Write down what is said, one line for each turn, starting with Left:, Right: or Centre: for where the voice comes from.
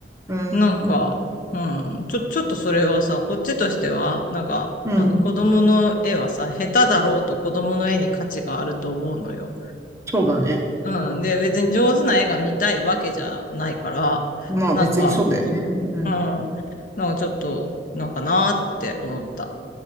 Right: うん。
Left: なんか、うん、ちょ、ちょっとそれはさ、こっちとしては、なんか、
Right: うん。
Left: あの、子供の絵はさ、下手だろうと子供の絵に価値があると思うのよ。
Right: そうだね。
Left: うん。で、別に上手な絵が見たいわけじゃないから、
Right: まあ別にそうだよね。
Left: なんか、
Right: うん。
Left: うん。なんかちょっと、なんかなーって思った。